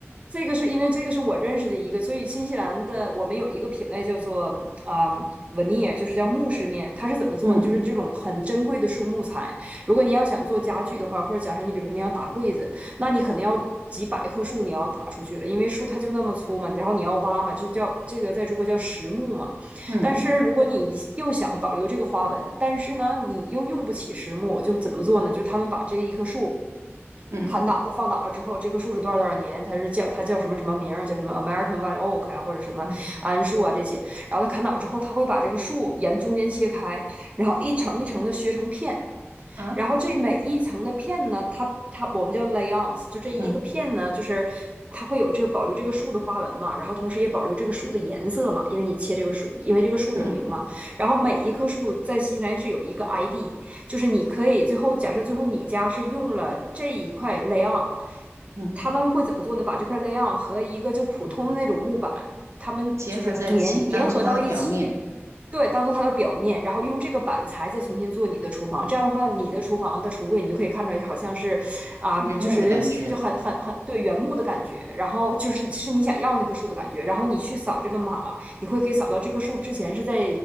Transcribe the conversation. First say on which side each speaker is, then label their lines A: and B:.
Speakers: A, on the right; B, on the right.
A: 这个是因为这个是我认识的一个，所以新西兰的我们有一个品类叫做啊、嗯 veneer，就是叫木饰面，它是怎么做呢？
B: 嗯
A: 就是这种很珍贵的树木材，如果你要想做家具的话，或者假设你比如说你想打柜子，那你可能要。几百棵树你要打出去了，因为树它就那么粗嘛，然后你要挖嘛，就叫这个在中国叫实木嘛。
B: 嗯
A: 但是如果你又想保留这个花纹，但是呢，你又用不起实木，就怎么做呢？就他们把这一棵树
B: 嗯
A: 砍倒了，放倒了之后，这棵树是多少多少年，它是叫它叫什么什么名儿，叫什么 American White Oak 啊，或者什么桉树啊这些。
B: 嗯
A: 然后它砍倒之后，它会把这个树沿中间切开，然后一层一层的削成片。
B: 啊，
A: 然后这每一层的片呢，它它我们叫 layons，就这一个片呢，
B: 嗯
A: 就是它会有这个保留这个树的花纹嘛，然后同时也保留这个树的颜色嘛，因为你切这个树，因为这个树有名嘛。
B: 嗯
A: 然后每一棵树在新西兰是有一个 ID，就是你可以最后假设最后你家是用了这一块 layon，
B: 嗯，
A: 他们会怎么做呢？把这块 layon 和一个就普通的那种木板，他们就是粘粘合到一起。
B: 结合在一起，当做它的表面
A: 对，当做它的表面，然后用这个板材再重新做你的厨房。这样的话，你的厨房的橱柜你就可以看出来，好像是，啊、
B: 原木的感觉
A: 就是就很很很对原木的感觉，然后就是是你想要那棵树的感觉。然后你去扫这个码，你会可以扫到这棵树之前是在